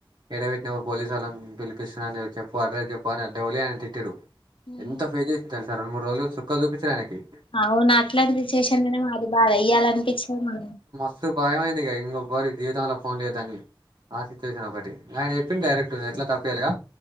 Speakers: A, on the right (about 60°); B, on the left (about 75°).
A: ఏడ పెట్టనవ్ పోలీసోల్ళని పిలిపిస్తున్నా అన్ చెప్పు అడ్రస్ చెప్పు అని అడ్డౌలే అని తిట్టిరు
B: మ్మ్
A: ఎంత ఫేస్ జేసిండు తెలుసా రెండు మూడు రోజులు చుక్కల్ చూపించారుయనకి
B: అవును అట్లాంటిది చేశన్ననేమో అది బాద ఇయ్యాలనిపిచ్చింది మ
A: స్తు భయమైంది ఇగ ఇంగోపారి జీవితంల ఫోన్లియోద్దని ఆ సిచ్యువేషనొకటి గాయన చెప్పిండు డైరెక్ట్ ఎట్లా తప్పుచేయలేగా